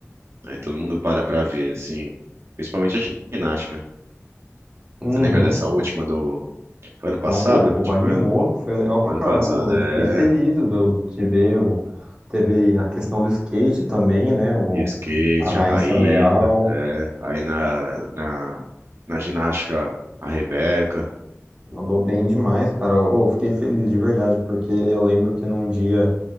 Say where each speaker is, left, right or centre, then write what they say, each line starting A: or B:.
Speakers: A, on the right; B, on the right.
A: aí todo mundo para pra ver, assim, principalmente a ginástica.
B: Uhum.
A: Você lembra dessa última do. Foi ano passado?
B: Não, pô, o povo
A: Tipo,
B: animou,
A: foi ano,
B: foi legal pra
A: foi
B: caramba,
A: ano passado,
B: eu
A: é.
B: fiquei feliz eu- de ver. o- Teve a questão do skate também, né? O,
A: E skate,
B: a Raíssa
A: a Raíssa,
B: Leal
A: é. Aí na, na, na ginástica, a Rebeca
B: mandou bem demais, cara. Eu, eu fiquei feliz de verdade, porque eu lembro que num dia